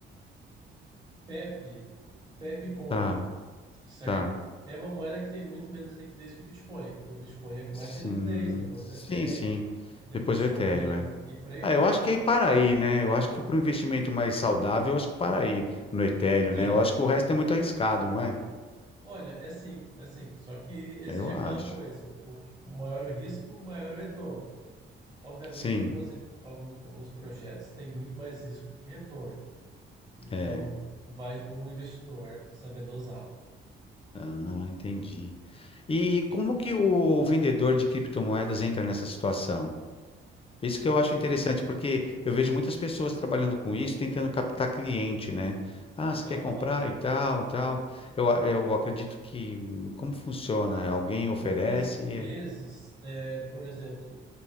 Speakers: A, on the right; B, on the left.
A: Pepe, Pepe Coin,
B: Tá,
A: certo?
B: tá.
A: É uma moeda que tem muito menos liquidez que o Bitcoin, porque o Bitcoin é o que
B: Sim,
A: mais tem liquidez, depois
B: sim,
A: o Ethereum,
B: sim.
A: depois
B: Depois
A: Solana
B: o etéreo, é.
A: e por aí
B: Ah,
A: vai.
B: eu acho que é ir para aí, né? Eu acho que para um investimento mais saudável, eu acho que para aí no Ethereum,
A: Sim.
B: né? Eu acho que o resto é muito arriscado, não é?
A: Olha, é sim, é sim. Só que exige
B: Eu
A: aquela
B: acho.
A: coisa, com maior o risco, maior o retorno. Obviamente,
B: Sim,
A: algumas, im- algum- alguns projetos têm muito mais risco do que retorno. Então,
B: é.
A: vai do investidor saber dosar.
B: Ah, entendi. E como que o vendedor de criptomoedas entra nessa situação? Isso que eu acho interessante, porque eu vejo muitas pessoas trabalhando com isso, tentando captar cliente, né? Ah, você
A: Aham.
B: quer comprar e tal, e tal. Eu, a- eu acredito que hum, como funciona? Alguém oferece?
A: Muitas vezes,
B: e- é.
A: é, por exemplo,